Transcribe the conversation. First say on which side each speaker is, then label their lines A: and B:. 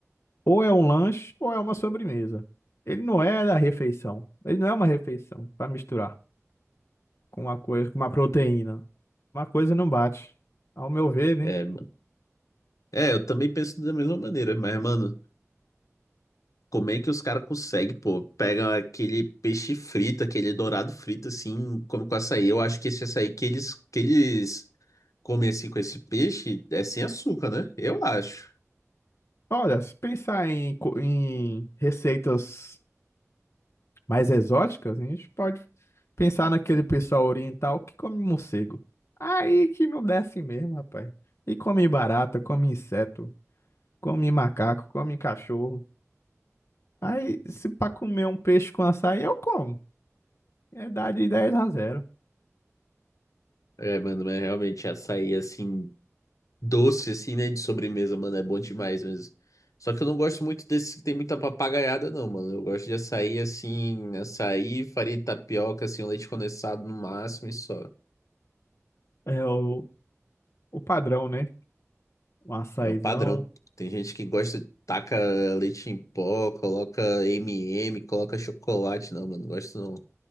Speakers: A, on the left; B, on the left.
A: Ou é um lanche ou é uma sobremesa. Ele não é da refeição. Ele não é uma refeição para misturar com uma coisa, com uma proteína. Uma coisa não bate. Ao meu ver, né?
B: É, é, eu também penso da mesma maneira, mas, mano, como é que os caras conseguem, pô? Pega aquele peixe frito, aquele dourado frito, assim, come com açaí. Eu acho que esse açaí que eles, que eles comem, assim, com esse peixe é sem açúcar, né? Eu acho.
A: Olha, se pensar em, co- em receitas mais exóticas, a gente pode pensar naquele pessoal oriental que come morcego. Aí que não desce mesmo, rapaz. E come barata, come inseto, come macaco, come cachorro. Aí, se para comer um peixe com açaí, eu como. É dar de 10 a zero,
B: É, mano, mas realmente açaí, assim. doce, assim, né? De sobremesa, mano. É bom demais mesmo. Só que eu não gosto muito desse que tem muita papagaiada, não, mano. Eu gosto de açaí, assim, açaí, farinha de tapioca, assim, um leite condensado no máximo e só.
A: É o, o padrão, né? Um açaizão.
B: É o padrão. Tem gente que gosta, taca leite em pó, coloca M&M, coloca chocolate. Não, mano, não gosto não.